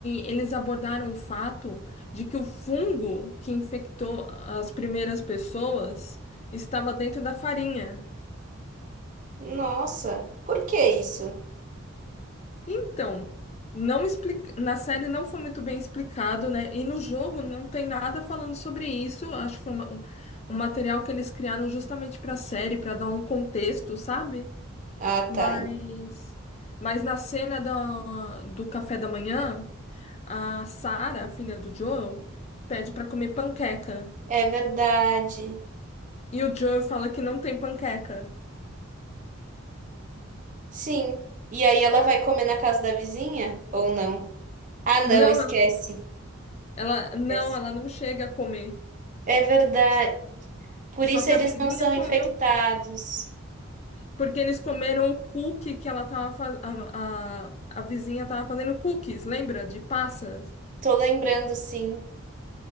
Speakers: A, on the left (about 30°); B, on the right (about 35°).
A: eles abordaram o fato de que o fungo que infectou as primeiras pessoas estava dentro da farinha.
B: Nossa, por que isso?
A: Então, não explica... na série não foi muito bem explicado, né? E no jogo não tem nada falando sobre isso. Acho que foi uma- um, um material que eles criaram justamente para a série, para dar um contexto, sabe?
B: Ah,
A: Mas,
B: tá. en-
A: mas na cena do, do café da manhã. A Sarah, filha do Joel, pede pra comer panqueca.
B: É verdade.
A: E o Joel fala que não tem panqueca.
B: Sim. E aí ela vai comer na casa da vizinha ou não? Ah, não,
A: Não,
B: esquece.
A: ela, ela- não,
B: Esquece.
A: ela não chega a comer.
B: É verdade. Por
A: Só
B: isso
A: que
B: eles
A: a vizinha
B: não são infectados.
A: comeu, porque eles comeram o cookie que ela tava fazendo. A, a, a vizinha tava fazendo cookies, lembra? De passas.
B: Tô lembrando, sim.